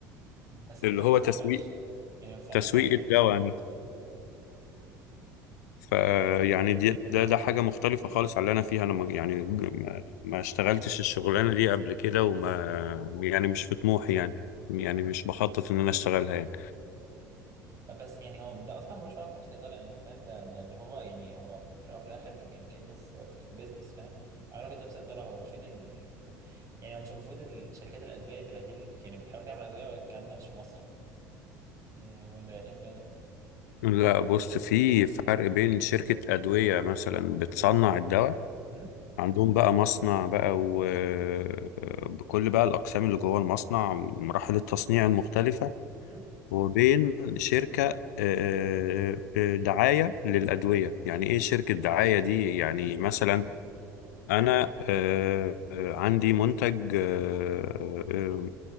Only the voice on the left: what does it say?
اللي
هو
تسويق
تسويق
الدواء
فيعني دي ده ده حاجة مختلفة خالص على اللي أنا فيها أنا ما يعني ما, ما اشتغلتش الشغلانة دي قبل كده وما يعني مش في طموحي يعني يعني مش بخطط إن أنا أشتغلها يعني
لا بص في فرق بين شركة أدوية مثلا بتصنع الدواء
عندهم بقى مصنع بقى وبكل بقى الأقسام اللي جوه المصنع مراحل التصنيع المختلفة
وبين شركة آه، آه، دعاية للأدوية يعني إيه شركة دعاية دي يعني مثلا انا آه، آه، عندي منتج آه، آه،